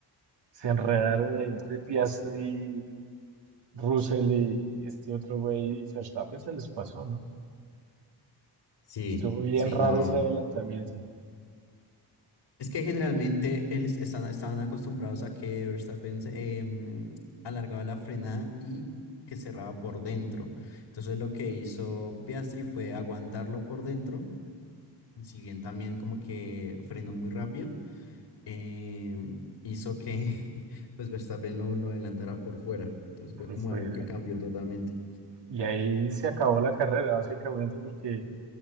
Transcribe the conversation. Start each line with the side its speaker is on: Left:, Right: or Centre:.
Right: se enredaron ahí entre Piastri, Russell y este otro güey, y Verstappen se les pasó, ¿no?
Left: sí,
Right: Estuvo bien
Left: sí,
Right: raro
Left: no.
Right: ese adelantamiento.
Left: Es que generalmente él es- están, estaban acostumbrados a que Verstappen se- em, alargaba la frenada y que cerraba por dentro. Entonces lo que hizo Piastri fue aguantarlo por dentro, si bien también como que frenó muy rápido eh, hizo que <laughs> pues Verstappen lo, lo adelantara por fuera. Entonces fue
Right: Fue,
Left: como
Right: fue-
Left: algo que cambió totalmente.
Right: y ahí se acabó la carrera, básicamente, porque